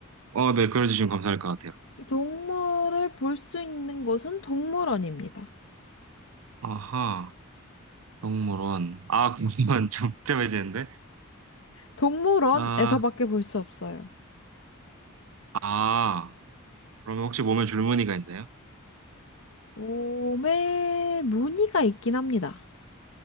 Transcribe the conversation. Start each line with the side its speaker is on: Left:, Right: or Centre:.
Right: 어, 네, 그려주시면 감사할 것 같아요.
Left: 이 동물을 볼 수 있는 곳은 동물원입니다.
Right: 아하, 동물원. 아, 동물원 좀 복잡해지는데?
Left: 동물원에서밖에
Right: 아,
Left: 볼 수 없어요.
Right: 아, 그러면 혹시 몸에 줄무늬가 있나요?
Left: 몸에 무늬가 있긴 합니다.